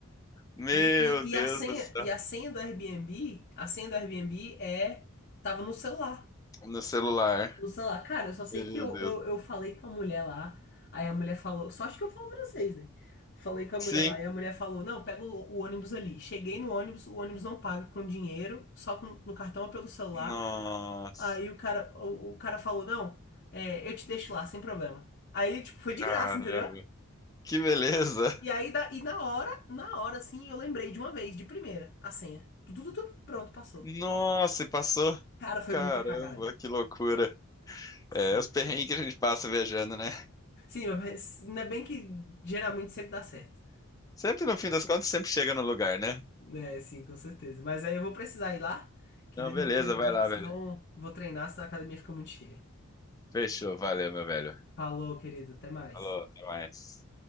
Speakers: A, on the left (about 15°); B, on the left (about 45°).
A: Meu
B: E, e, e
A: Deus
B: a senha,
A: do céu.
B: e a senha do Airbnb, a senha do Airbnb é, tava no celular.
A: No celular.
B: No celular. Cara, eu só sei
A: Meu
B: que eu,
A: Deus.
B: eu, eu falei com a mulher lá, aí a mulher falou, só acho que eu falo francês, né? Falei com a mulher
A: Sim.
B: lá, e a mulher falou, não, pega o, o ônibus ali. Cheguei no ônibus, o ônibus não paga com dinheiro, só com, no cartão ou pelo celular.
A: Nossa,
B: Aí o cara, o, o cara falou, não, é, eu te deixo lá, sem problema. Aí, tipo, foi
A: caramba.
B: de graça, entendeu?
A: Que beleza.
B: E aí, da- e na hora, na hora, assim, eu lembrei de uma vez, de primeira, a senha. Tudo, tudo, tudo, pronto, passou.
A: Nossa, e passou.
B: Cara, foi
A: Caramba,
B: muita cagada.
A: que loucura.
B: Sim,
A: É, os perrengues
B: cara.
A: que a gente passa viajando, né?
B: Sim, mas ainda bem que geralmente sempre dá certo.
A: Sempre no fim das contas, sempre chega no lugar, né?
B: É, sim, com certeza. Mas aí eu vou precisar ir lá, que
A: Não,
B: dê meu
A: beleza,
B: tempo
A: vai
B: aqui,
A: lá,
B: que senão
A: velho.
B: eu vou treinar, senão a academia fica muito cheia.
A: Fechou, valeu, meu velho.
B: Falou, querido, até mais.
A: Falou, até mais.